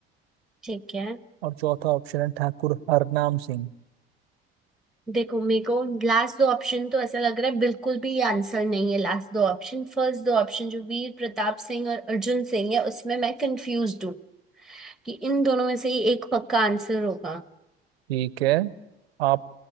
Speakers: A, in the centre; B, on the right.
A: ठीक है
B: और चौथा ऑप्शन है ठाकुर हरनाम सिंह
A: देखो मेरे को लास्ट दो ऑप्शन तो ऐसा लग रहा है बिल्कुल भी आंसर नहीं है लास्ट दो ऑप्शन फर्स्ट दो ऑप्शन जो वीर प्रताप सिंह और अर्जुन सिंह है उसमें मैं कंफ्यूज हूँ कि इन दोनों में से ही एक पक्का आंसर होगा
B: ठीक है आप